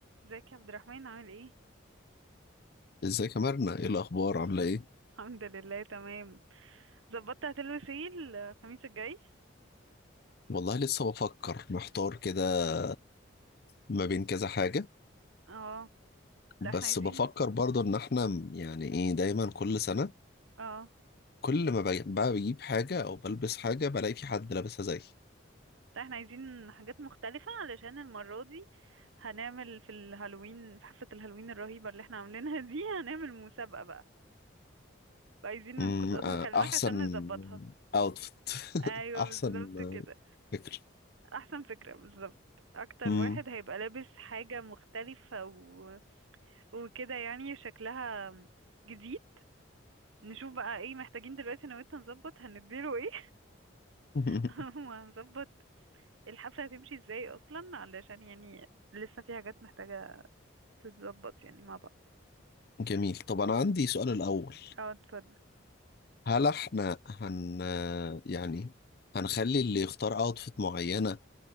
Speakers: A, on the right; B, on the left.
A: ازيك يا عبد الرحمن عامل ايه
B: ازيك يا مرنة ايه الاخبار
A: <laughs>
B: عاملة ايه
A: الحمد لله تمام ظبطت هتلبس ايه الخميس الجاي
B: والله لسه بفكر محتار كده ما بين كذا حاجة
A: اه
B: بس
A: لا احنا عايزين
B: بفكر برضه ان احنا م- يعني ايه دايما كل سنة
A: اه
B: كل ما بج- بقى بجيب حاجة او بلبس حاجة بلاقي في حد لابسها زيي
A: لا احنا عايزين حاجات مختلفة علشان المرة دي هنعمل في الهالوين في حفلة الهالوين الرهيبة اللي احنا عاملينها دي هنعمل مسابقة بقى فعايزين
B: أمم،
A: كنت اصلا
B: آه،
A: مكلمك
B: احسن
A: عشان نظبطها
B: اوتفيت <laughs>
A: ايوه
B: احسن
A: بالظبط
B: آه،
A: كده
B: فكر
A: احسن فكرة بالظبط اكتر
B: أمم.
A: واحد هيبقى لابس حاجة مختلفة و... وكده يعني شكلها جديد نشوف بقى ايه محتاجين دلوقتي انا وانت نظبط هنديله ايه
B: <laughs>
A: <laughs> وهنظبط الحفلة هتمشي ازاي اصلا علشان يعني لسه في حاجات محتاجة تتظبط يعني مع بعض
B: جميل طب انا عندي سؤال الاول
A: اه اتفضل
B: هل احنا هن يعني هنخلي اللي يختار اوتفيت معينة